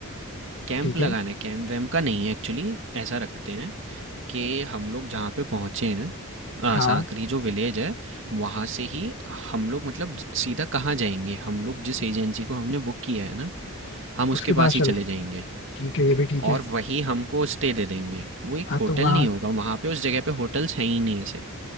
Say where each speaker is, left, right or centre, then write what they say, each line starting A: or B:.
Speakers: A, on the right (about 55°); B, on the left (about 55°).
A: कैंप
B: ठीक
A: लगाना
B: है
A: है, कैंप-वैम्प का नहीं है एक्चुअली, ऐसा रखते हैं कि हम लोग जहाँ पे पहुँचे हैं अ,
B: हाँ
A: सांकरी जो विलेज है वहाँ से ही हम लोग मतलब ज- सीधा कहाँ जाएंगे हम लोग जिस एजेंसी को हमने बुक किया है ना हम उसके
B: उसके
A: पास
B: बाद
A: ही
B: चले
A: चले जाएंगे
B: ठीक है ये भी ठीक है
A: और वही हमको स्टे दे देंगे वो एक
B: हाँ
A: होटल
B: तो वहाँ
A: नहीं होगा वहाँ पे उस जगह पे होटल्स हैं ही नहीं ऐसे